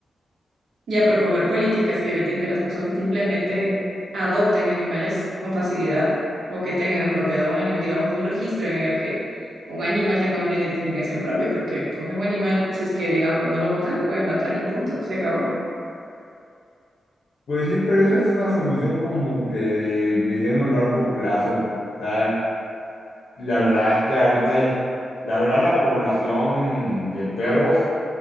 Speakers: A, on the right; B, on the left.
A: y a promover políticas que eviten que las personas simplemente adopten animales con facilidad o que tengan en propiedad un animal, digamos, un registro en el que un animal tenga una identificación propia? Porque cogen un animal, si es que, digamos, no lo botan, lo pueden matar y punto, se acabó.
B: Pues sí, pero esa es una solución como que de mediano o largo plazo. O sea, la verdad es que ahorita hay, la verdad la población de perros